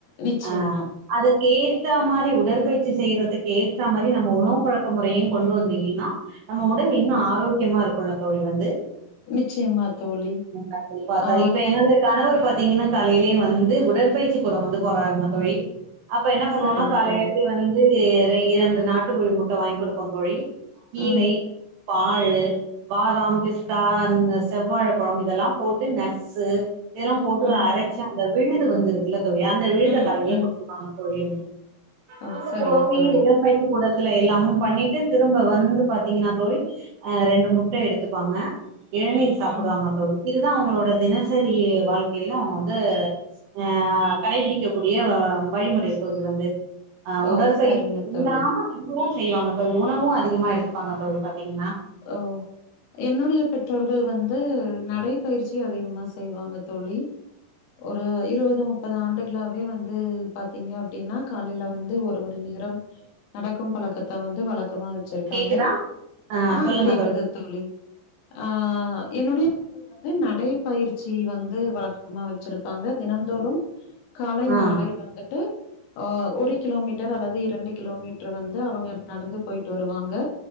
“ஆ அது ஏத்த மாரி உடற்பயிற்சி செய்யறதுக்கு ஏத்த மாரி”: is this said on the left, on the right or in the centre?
Right